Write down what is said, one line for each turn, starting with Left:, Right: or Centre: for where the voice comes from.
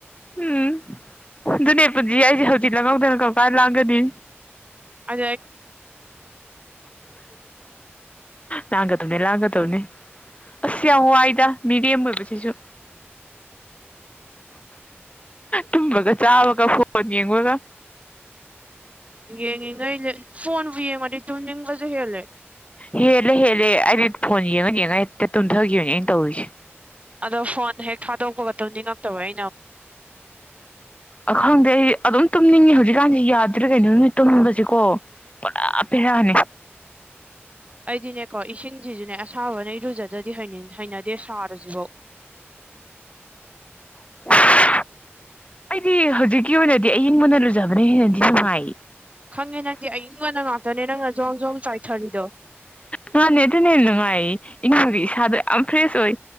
Left: ꯎꯝ ꯑꯗꯨꯅꯦ ꯄꯨꯟꯁꯤ ꯑꯩꯁꯦ ꯍꯧꯖꯤꯛ ꯂꯧꯪꯍꯧꯗꯅ ꯀꯛꯀꯥ ꯂꯥꯛꯑꯒꯗꯤ
Right: ꯑ
Left: ꯂꯥꯡꯒ ꯇꯧꯅꯦ ꯂꯥꯡꯒ ꯇꯧꯅꯤ ꯑꯁ ꯌꯥꯝ ꯋꯥꯏꯗ ꯃꯤꯔꯦꯝ ꯑꯣꯏꯕꯁꯤꯁꯨ ꯇꯨꯝꯕꯒ ꯆꯥꯕꯒ ꯐꯣꯟ ꯌꯦꯡꯕꯒ
Right: ꯌꯦꯡꯉꯉ ꯐꯣꯟꯕꯨ ꯌꯦꯡꯉꯗꯤ ꯇꯅꯤꯡꯕꯁꯨ ꯍꯦꯜꯂꯦ
Left: ꯍꯦꯜꯂꯦ ꯍꯦꯜꯂꯦ ꯑꯩꯗꯤ ꯐꯣꯟ ꯌꯦꯡꯉ ꯌꯦꯡꯉꯥꯏ ꯍꯦꯛꯇ ꯇꯨꯝꯊꯈꯤꯕꯅꯦ ꯑꯩꯅ ꯇꯧꯔꯤꯁꯦ
Right: ꯑꯗꯣ ꯐꯣꯟ ꯍꯦꯛ ꯊꯥꯗꯣꯛꯄꯒ ꯑꯗꯨꯝꯅꯤꯡꯉꯛꯇꯕ ꯑꯩꯅ
Left: ꯑ ꯈꯪꯗꯦ ꯑꯩ ꯑꯗꯨꯝ ꯇꯨꯝꯅꯤꯡꯉꯦ ꯍꯧꯖꯤꯛꯀꯥꯟꯁꯤ ꯌꯥꯗ꯭ꯔꯦ ꯀꯩꯅꯣ ꯅꯣꯏ ꯇꯨꯝꯅꯤꯡꯕꯕꯁꯤꯀꯣ ꯄꯨꯔ ꯄꯦꯔꯅꯤ
Right: ꯑꯩꯗꯤꯅꯦꯀꯣ ꯏꯁꯤꯡꯁꯤꯁꯨꯅꯦ ꯑꯁꯥꯕꯅꯩꯔꯨꯖꯗꯗꯤ ꯍꯥꯏꯩꯅꯤꯡꯉ ꯍꯩꯅꯗꯦ ꯁꯥꯔꯁꯤꯕꯣ
Left: <inaudible> ꯑꯩꯗꯤ ꯍꯧꯖꯤꯛꯀꯤ ꯑꯣꯏꯅꯗꯤ ꯑꯏꯤꯡꯕꯅ ꯂꯨꯖꯕꯅ ꯍꯦꯟꯅꯗꯤ ꯅꯨꯡꯉꯥꯏ
Right: ꯈꯪꯉꯦ ꯅꯪꯗꯤ ꯑꯌꯪ ꯉꯣꯟꯗ ꯉꯥꯛꯇꯅꯦ ꯅꯪ ꯑꯖꯣꯝꯖꯣꯝ ꯆꯥꯏꯊꯔꯤꯗꯣ
Left: ꯉꯥꯅꯦ ꯑꯗꯨꯅ ꯍꯦꯟꯅ ꯅꯨꯡꯉꯥꯏ ꯏꯉꯥꯒꯤ ꯏꯁꯥꯗꯣ ꯌꯥꯝ ꯐ꯭ꯔꯦꯁ ꯑꯣꯏ